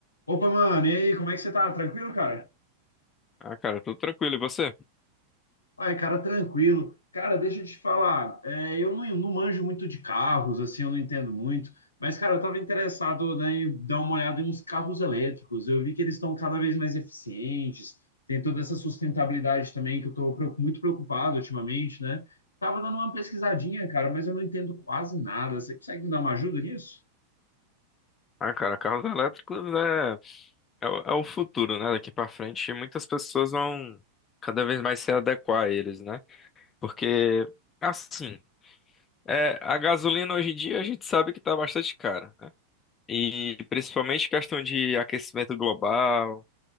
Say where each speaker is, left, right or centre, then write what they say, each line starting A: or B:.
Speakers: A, on the left; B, on the left.
A: Opa, mano, e aí, como é que você tá? Tranquilo, cara?
B: Ah, cara, tudo tranquilo. E você?
A: Ai, cara, tranquilo. Cara, deixa eu te falar, é, eu não, não manjo muito de carros, assim, eu não entendo muito, mas, cara, eu tava interessado, né, em dar uma olhada em uns carros elétricos. Eu vi que eles estão cada vez mais eficientes, tem toda essa sustentabilidade também que eu tô preo- muito preocupado ultimamente, né? Tava dando uma pesquisadinha, cara, mas eu não entendo quase nada. Você consegue me dar uma ajuda nisso?
B: Ah, cara, carros elétricos é, é, o é o futuro, né? Daqui pra frente, muitas pessoas vão cada vez mais se adequar a eles, né? Porque, assim, é, a gasolina hoje em dia a gente sabe que tá bastante cara, né? E principalmente questão de aquecimento global